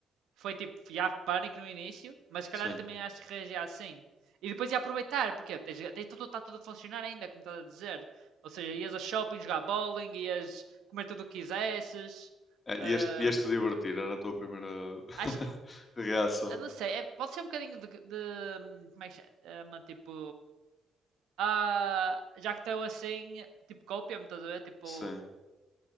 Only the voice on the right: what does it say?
foi tipo, já pânico no início, mas se
calhar eu também acho que reagir assim. E depois ia aproveitar, porque tens, tens tudo, está tudo a funcionar ainda, como estás a dizer. Ou seja, ias ao shopping jogar bowling, ias comer tudo o que quisesses.
ah,
Acho que.
Eu não sei, é- pode ser um bocadinho de, de, hum, Como é que se chama? Tipo. Ah, já que estou assim, tipo, copia-me, estás a ver? Tipo,